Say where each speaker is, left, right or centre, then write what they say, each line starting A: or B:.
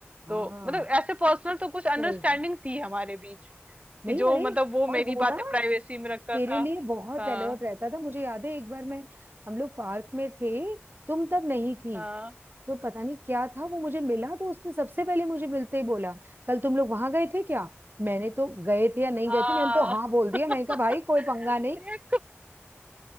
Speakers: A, on the right; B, on the right.
A: हाँ
B: तो मतलब ऐसे पर्सनल तो कुछ अंडरस्टैंडिंग
A: सही
B: थी हमारे बीच कि
A: नहीं
B: जो
A: अरे
B: मतलब वो मेरी
A: और वो
B: बातें
A: ना
B: प्राइवेसी में रखता
A: तेरे
B: था
A: लिए बहुत
B: हाँ
A: अलर्ट रहता था मुझे याद है एक बार मैं हम लोग पार्क में थे तुम तब नहीं थी
B: हाँ
A: तो पता नहीं क्या था वो मुझे मिला तो उसने सबसे पहले मुझे मिलते ही बोला कल तुम लोग वहां गए थे क्या मैंने तो गए थे या नहीं
B: हाँ
A: गए थे मैंने तो हाँ बोल दिया
B: <laughs>
A: मैंने कहा भाई कोई पंगा
B: ये
A: नहीं